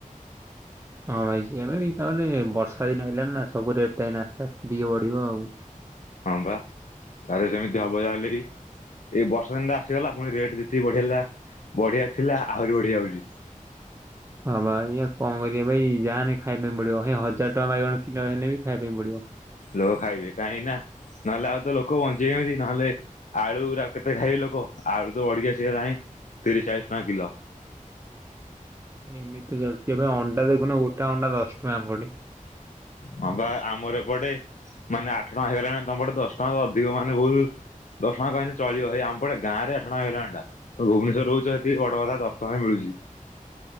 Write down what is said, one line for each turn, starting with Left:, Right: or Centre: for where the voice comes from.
Right: ହଁ ଭାଇ ମ ତାନେ ବର୍ଷା ଛ ଦିନ ହେଇିଲାନ ନା ସବୁ ରେଟ୍ ଟା ନାସ୍ତା ଟିକେ ବଢିବ ଆଉ
Left: ହଁ ବା ତାେଲେ ସେମିତି ହବ ଯାହାଲେ କି ଏ ବର୍ଷ ଦିନରେ ଆସିଗଲା ଆୁଣି ରେଟ ଏ ବଢେଇଲା ବଢିଆ ଥିଲା ଆହୁରି ବଢିଆ ହଉଛି।
Right: ହଁ ଭ ା କଣ କର ଭାଇ ଯାହାାନେ ଖାଇବା ପାଇଁ ପଡିବ ହେଇ ହଜାର ଟଙ୍କା ବାଇଗଣ କିଲୋ ହେଲେେ ବି ଖାଇବା ପାଇଁ ପଡିବ।
Left: ଲୋକ ଖାଇବେ କାହିଁକି ନା ନହେଲେ ଆଉ ତ ଲୋକ ବଞ୍ଚେଇିବେ କେମିତି ନହେଲେ ଆଳୁା କେତେ ଖାଇବେ ଲୋକ ଆଳୁ ତ ବଢିକିସିଗଲାଣି ତିରିଶ ଚାଳିଶ ଟଙ୍କା କିଲୋ
Right: ଏମିତି ଚାଲିଛି ଏବେ ଅଣ୍ଡା ଦେଖୁନ ଗୋଟେ ଅଣ୍ଡା ଦଶ ଟଙ୍କା ପଡିେ।
Left: ହଁ ବା ଆମର ଏପଟେ ମାନେ ଆଠ ଟଙ୍କା ହେଗଲାଣି ତମପଟେ ଦଶ ଟଙ୍କା ତ ଅଧିକ ମାନେ ବହୁତ ଦଶ ଟଙ୍କା କହିଲି ଚଳିବ ଭାଇ ଆମପଟେ ଗାଁ ରେ ଆଠ ଟଙ୍କା ହେଇଗଲାଣି ଟା ତ ଭୁବନେଶ୍୍ୱର ରହୁଛ ସେଠକି ବଡ କଥା ଦଶ ଟଙ୍କା ମିଳୁଛି।